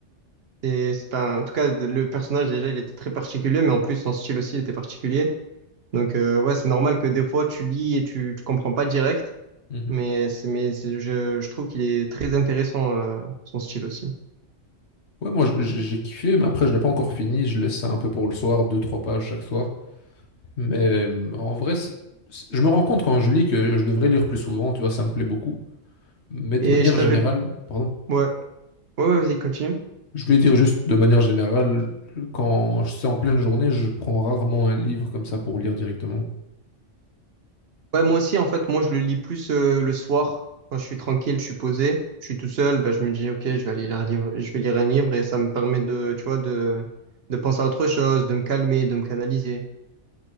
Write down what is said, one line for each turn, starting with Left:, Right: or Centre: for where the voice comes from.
Right: et c'est un- en tout cas, de- le personnage, déjà, il était très particulier, mais en plus, son style aussi, il était particulier. Donc, euh, ouais, c'est normal que des fois, tu lis et tu, tu comprends pas direct.
Left: Mhm.
Right: Mais, c'est- mais c'est- je, je trouve qu'il est très intéressant, euh, son style aussi.
Left: Ouais, moi j- j'ai kiffé, mais après je l'ai pas encore fini. Je laisse ça un peu pour le soir, deux, trois pages chaque soir. Mais euh, en vrai, c'est- c'est- je me rends compte quand je lis que je devrais lire plus souvent, tu vois, ça me plaît beaucoup. Mais de
Right: Et
Left: manière
Right: je t'avais...
Left: générale, pardon,
Right: Ouais, ouais, ouais, vas-y, continue.
Left: je voulais dire juste de manière générale, quand je- c'est en pleine journée, je prends rarement un livre comme ça pour lire directement.
Right: Ouais, moi aussi, en fait, moi, je le lis plus euh, le soir, quand je suis tranquille, je suis posé, je suis tout seul, bah, je me dis, OK, je vais aller lire un livre, je vais lire un livre et ça me permet de, tu vois, de, de penser à autre chose, de me calmer, de me canaliser,